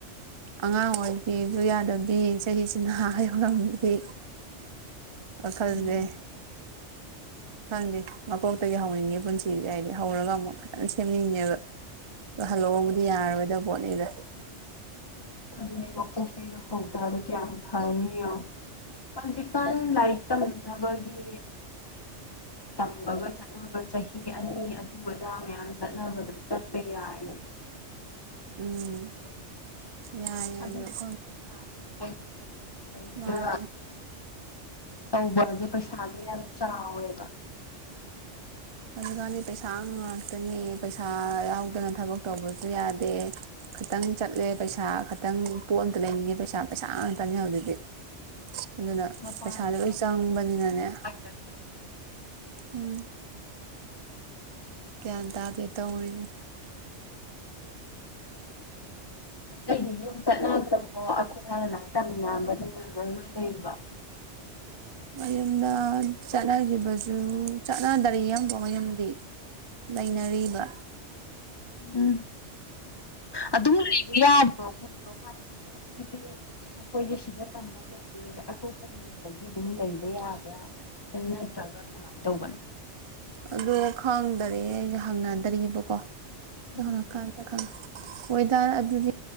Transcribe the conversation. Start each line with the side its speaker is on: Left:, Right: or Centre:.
Right: ꯑꯉꯥꯡ ꯑꯣꯏꯒꯦꯁꯨ ꯌꯥꯗꯕꯤ ꯆꯍꯤꯁꯤꯅ ꯑ ꯌꯧꯔꯝꯕꯤ ꯋꯥꯈꯜꯖꯦ
Left: ꯎꯝ
Right: ꯈꯪꯗꯦ ꯃꯀꯣꯛꯇꯒꯤ ꯍꯧꯅꯤꯡꯉꯦ ꯄꯨꯟꯁꯤꯗꯤ ꯍꯥꯏꯗꯤ ꯍꯧꯔꯒ ꯑꯃꯨꯛ ꯐꯖꯅ ꯁꯦꯝꯅꯤꯡꯉꯦꯕ ꯑꯗ ꯍꯜꯂꯛꯑꯣꯕꯨꯗꯤ ꯌꯥꯔꯔꯣꯏꯗꯕ ꯄꯣꯠꯅꯤꯗ
Left: ꯑꯗꯨꯗꯤ ꯃꯀꯣꯛ ꯇꯩꯒ ꯍꯧꯇꯔꯗꯤ ꯀꯌꯥꯝ ꯐꯅꯤ ꯌꯦꯡꯉꯣ ꯍꯧꯖꯤꯆꯛꯟ ꯂꯥꯏ ꯇꯡ ꯆꯠꯅꯕꯒꯤ ꯇꯝꯕꯒ ꯆꯠꯅꯕ ꯆꯍꯤ ꯑꯅꯤ ꯑꯗꯨ ꯑꯗꯥ ꯃꯌꯥꯝ ꯆꯠꯅꯕꯗ ꯆꯠꯄ ꯌꯥꯏꯅꯦ
Right: ꯎꯝ ꯌꯥꯏ ꯌꯥꯏ
Left: ꯑꯗꯨ
Right: ꯑꯗꯣ
Left: ꯄꯩꯁꯥꯅꯤꯅꯦ ꯀꯩꯗ
Right: ꯃꯥꯅꯦ
Left: ꯇꯧꯕꯁꯦ ꯄꯩꯁꯥꯁꯦ ꯌꯥꯝ ꯆꯥꯎꯋꯦꯕ
Right: ꯍꯧꯖꯤꯛꯀꯥꯟꯗꯤ ꯄꯩꯁꯥ ꯉꯥꯛꯇꯅꯦ ꯄꯩꯁꯥ ꯌꯥꯎꯗꯅ ꯊꯕꯛ ꯇꯧꯕꯁꯨ ꯌꯥꯗꯦ ꯈꯤꯇꯪ ꯆꯠꯂꯦ ꯄꯩꯁꯥ ꯈꯇꯪ ꯄꯣꯠ ꯑꯝꯇ ꯂꯩꯅꯤꯡꯉꯦ ꯄꯩꯁꯥ ꯄꯩꯁꯥ ꯉꯥꯛꯇꯅꯦ ꯍꯧꯖꯤꯛꯇꯤ ꯑꯗꯨꯅ
Left: ꯃꯄꯥꯟꯁꯨ
Right: ꯄꯩꯁꯥꯗꯣ ꯂꯣꯏ
Left: ꯍꯦꯛ
Right: ꯆꯪꯕꯅꯤꯅꯅꯦ
Left: ꯊꯣꯛꯈ꯭ꯔꯕ ꯄꯩꯁꯥ ꯉꯥꯛꯇ
Right: ꯎꯝ ꯒꯤꯌꯥꯟ ꯇꯗꯦ ꯇꯧꯔꯤꯖꯦ
Left: ꯑꯇꯩꯗꯤ ꯌꯨꯝ ꯆꯠꯅꯒꯔꯕꯣ ꯑꯩꯈꯣꯏ ꯍꯥꯟꯅ ꯂꯥꯏꯔꯤ ꯇꯥꯃꯤꯟꯅꯔꯝꯕꯁꯤꯡꯗꯤ ꯂꯣꯏ ꯂꯩꯔꯤꯕꯣ
Right: ꯃꯌꯨꯝꯗ ꯆꯠꯅꯒꯤꯕꯁꯨ ꯆꯠꯅꯗꯔꯤ ꯑꯃꯐꯩ ꯌꯨꯝꯗꯤ ꯂꯩꯅꯔꯤꯕ
Left: ꯎꯝ ꯑꯗꯨꯝ ꯂꯩꯕ ꯌꯥꯕ꯭ꯔꯣꯈꯣꯏꯣ ꯍꯥꯏꯗꯤ ꯑꯩꯈꯣꯏꯁꯦ ꯑꯩꯈꯣꯏꯁꯦ ꯁꯤꯗ ꯇꯝꯕ ꯂꯣꯏꯔꯦ ꯑꯇꯣꯞꯄ ꯌꯦꯡꯕꯒꯤ ꯑꯗꯨꯝ ꯂꯩꯕ ꯌꯥꯕ꯭ꯔꯥ ꯅꯠꯇ꯭ꯔꯒ ꯀꯃꯥꯏ ꯇꯧꯕꯅꯣ
Right: ꯑꯗꯣ ꯈꯪꯗꯔꯦ ꯑꯩꯁꯦ ꯍꯪꯅꯗꯔꯤꯕꯀꯣ <unintelligible>
Left: ꯎꯝ
Right: ꯍꯣꯏ ꯏꯇꯥꯔ ꯑꯗꯨꯗꯤ